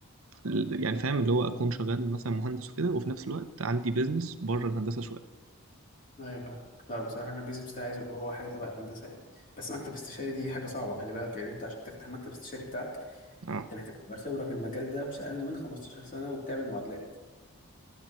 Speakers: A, on the right (about 70°); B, on the left (about 35°).
A: ال- يعني فاهم اللي هو اكون شغال مثلا مهندس وكده وفي نفس الوقت عندي بيزنس بره الهندسة شوية
B: ايوه فاهمك لا بصراحه انا البيزنس بتاعي عايزه يبقى هو حاجه تبع الهندسه يعني بس مكتب استشاري دي حاجه صعبه خلي بالك يعني انت عشان تفتح مكتب استشاري بتاعك
A: اه
B: انت محتاج تبقى خبره في المجال ده مش اقل من 15 سنه وبتعمل معادلات